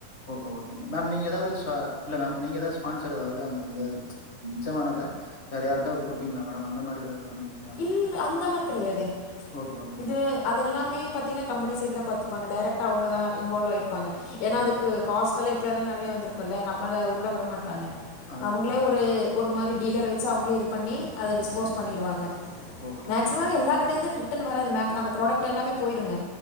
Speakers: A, on the left (about 80°); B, on the left (about 70°).
A: ஓகே ஓகே மேம் மேம் நீங்க எதாவது சு இல்ல மேம் நீங்க எதா ஸ்பான்சர் அதாவது அந்த வந்து மிச்சமானத வேற யாருக்காவது குடுப்பீங்ளா மேடம் அந்த மாரி எதாவது பண்ணிரு
B: இல்ல அந்த மாதிரி கெடையாதுங்
A: ஓகே, ஓகே
B: இது
A: மேடம்.
B: அதெல்லாமே பாத்தீனா காம்பெனி சைடுதா பாத்துப்பாங்க டைரக்டா அவங்கதான் இன்வால்வாய் இருப்பாங்க ஏனா அதுக்கு
A: ஓகே மேம்.
B: காஸ்ட் எல்லா எப்டியா இருந்தாலு நெறையா வந்திருக்குல்ல நம்மள உள்ள விட மாட்டாங்க
A: அதான்,
B: அவுங்ளே
A: அதான் மேடம்.
B: ஒரு ஒரு மாரி டீலர வெச்சி அவுங்களே இது பண்ணி அத டிஸ்போஸ்
A: சரி.
B: பண்ணிருவாங்க
A: ஓகே,
B: மேக்சிமம்
A: ஓகே மேம்.
B: எல்லா கடைலந்து ரிட்டன் வராது மேக் அந்த புராடக்ட் எல்லாமே போயிடுங்க